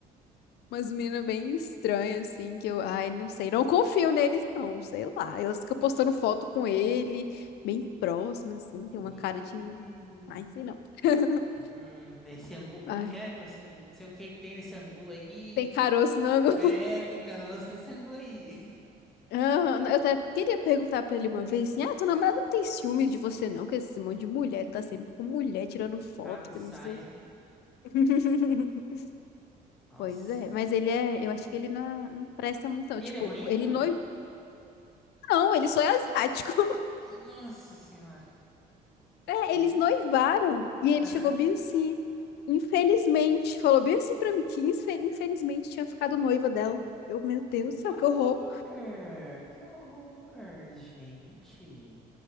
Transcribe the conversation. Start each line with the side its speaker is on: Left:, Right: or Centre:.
Left: umas meninas bem estranhas, assim, que eu, ai, não sei, não confio neles, não, sei lá. Elas ficam postando foto com ele, bem próximas assim, tem
Centre: Ih.
Left: uma cara de. Ai, sei não. <laughs>
Centre: Hum, nesse angu, como
Left: Ai.
Centre: que é? Que você não sei o que que tem nesse angu aí.
Left: Tem caroço no angu.
Centre: É, tem caroço nesse angu aí. <laughs>
Left: Ah, eu até queria perguntar pra ele uma vez assim: ah, tua namorada não tem ciúme de você, não? Que esse monte de mulher tá sempre com mulher tirando foto,
Centre: Rabo de
Left: que
Centre: saia.
Left: não sei o quê. <laughs>
Centre: Nossa.
Left: Pois é, mas ele é. Eu acho que ele não, não presta muito, não.
Centre: E
Left: Tipo,
Centre: ele é bonito?
Left: ele noivo. Não, ele só é asiático. <laughs>
Centre: Que, nossa senhora.
Left: É,
Centre: Gente.
Left: eles noivaram e ele
Centre: Mas,
Left: chegou
Centre: ah,
Left: bem assim. Infelizmente, falou bem assim pra mim que infe- infelizmente tinha ficado noiva dela. Eu, meu Deus do céu,
Centre: que horror!
Left: que horror.
Centre: Que horror, gente.